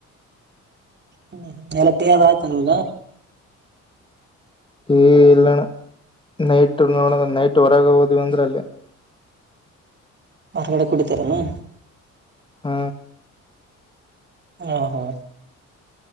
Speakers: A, on the right; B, on the left.
A: ಹ್ಮ್ ಎಲ್ಲ ಟಿ ಅದು ಆಯ್ತ ನಿಮ್ದ?
B: ಟಿ ಇಲ್ಲಣ ನೈಟ್ ನೋಡದ ನೈಟ್ ಹೊರಗ ಹೋದ್ವಿ ಅಂದ್ರ ಅಲ್ಲೆ.
A: ಹೊರಗಡೆ ಕುಡಿತಿರ್ ಏನ್?
B: ಹ್ಮ
A: ಹಾ ಹಾ